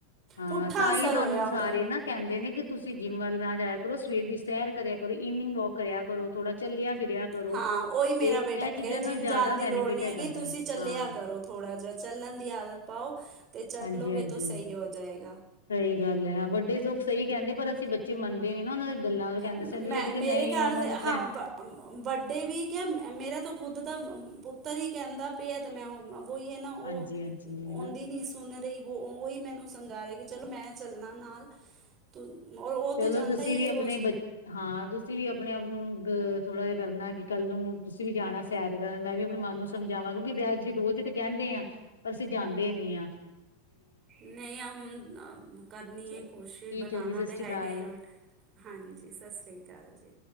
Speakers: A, on the left; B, on the right.
A: ਹਾਂ
B: ਪੁੱਠਾ
A: ਤਾਂ
B: ਅਸਰ
A: ਹੀ ਸਾਨੂੰ
B: ਹੋਇਆ
A: ਸਾਰੇ
B: ਉਹਦਾ।
A: ਨਾ ਕਹਿੰਦੇ ਨੇ ਕਿ, ਤੁਸੀਂ ਜਿੰਮ ਵੱਲ, ਨਾ ਜਾਯਾ ਕਰੋ। ਸਵੇਰ ਦੀ ਸੈਰ, ਕਰਿਆ ਕਰੋ। ਇਵਨਿੰਗ ਵੋਕ ਕਰਿਆ ਕਰੋ। ਥੋੜਾ ਚੱਲਿਆ ਫਿਰਿਆ ਕਰੋ।
B: ਹਾਂ ਉਹੀ ਮੇਰਾ
A: ਤੇ ਇਹ
B: ਬੇਟਾ
A: ਚੀਜ਼ਾਂ
B: ਕਹਿ ਜਿੰਮ
A: ਨਾਲ, ਜ਼ਿਆਦਾ
B: ਜਾਣ ਦੀ
A: ਬੈਨੀਫਿਟ
B: ਲੋੜ ਨਹੀਂ
A: ਹੈਗਾ
B: ਹੈਗੀ
A: ਵਾ
B: ਤੁਸੀਂ ਚੱਲਿਆ
A: ਹਾਂ
B: ਕਰੋ। ਥੋੜ ਜਿਹਾ, ਚੱਲਣ ਦੀ ਆਦਤ ਪਾਓ। ਤੇ ਚੱਲੋਗੇ
A: ਹਾਂਜੀ- ਹਾਂਜੀ,
B: ਤਾਂ ਸਹੀ ਹੋ ਜਾਏਗਾ
A: ਸਹੀ ਗੱਲ ਹੈ। ਵੱਡੇ ਲੋਕ ਸਹੀ ਕਹਿੰਦੇ। ਪਰ ਅਸੀਂ ਬੱਚੇ, ਮੰਨਦੇ ਨੀ, ਨਾ ਉਹਨਾਂ ਦੀ ਗੱਲਾਂ। ਕਹਿੰਦੇ
B: ਮੈਂ
A: ਸੀ
B: ਮੇਰੇ
A: ਕਿ ਨਹੀਂ
B: ਘਰ
A: ਉਹਨਾਂ
B: ਦੇ
A: ਨੂੰ ਟਰੈਂ
B: ਹਾਂ ਬ- ਵੱਡੇ ਵੀ, ਕਿਆ ਮੇਰਾ ਤੋਂ, ਖੁਦ ਦਾ ਪੁੱਤਰ ਹੀ, ਕਹਿੰਦਾ ਪਿਆ। ਤੇ ਮੈਂ, ਉਹਣਾਂ ਵਹੀ ਹੈ ਨਾ, ਉਹ
A: ਹਾਂਜੀ ਹਾਂਜੀ ਨਾ
B: ਆਉਂਦੀ ਨੀ ਸੀ ਸੁਣ ਰਹੀ। ਵ ਉਹੀ ਮੈਨੂੰ, ਸਮਝਾ ਰਿਹਾ। ਕਿ ਚਲੋ ਮੈਂ ਚੱਲਣਾ ਨਾਲ। ਤ ਉਹ
A: ਚਲੋ
B: ਤੇ, ਜਾਂਦਾ
A: ਤੁਸੀਂ
B: ਹੀ,
A: ਵੀ
B: ਹੈ
A: ਆਪਣੇ
B: ਰੋਜ਼।
A: ਬ ਹਾਂ, ਤੁਸੀਂ ਵੀ ਆਪਣੇ ਆਪ ਨੂੰ, ਅ ਥੋੜਾ ਜਿਹਾ ਕਰਨਾ, ਕਿ ਕੱਲ ਨੂੰ ਤੁਸੀਂ ਵੀ, ਜਾਨਾ ਹੈ ਸੈਰ ਕਰਨ। ਮੈਂ ਵੀ ਆਪਣੇ ਮਨ ਨੂੰ ਸਮਝਾਵਾਂ। ਕਿਉਂ ਕਿਜੇ ਰੋਜ਼ ਤੇ ਕਹਿੰਦੇ ਆ। ਪਰ ਅਸੀਂ ਜਾਂਦੇ ਨੀ ਹਾਂ।
B: ਨਹੀਂ ਆ ਹੁਣ, ਕਰਨੀ
A: ਠੀਕ
B: ਹੈ, ਕੋਸ਼ਿਸ਼। ਬਨਾਨਾ
A: ਹੈ ਜੀ ਸਤਿ ਸ੍ਰੀ
B: ਤਾਂ ਹੈਗਾ।
A: ਅਕਾਲ
B: ਹੀ ਰੋਟ ਹਾਂਜੀ, ਸਤਿ ਸ਼੍ਰੀ ਅਕਾਲ ਜੀ।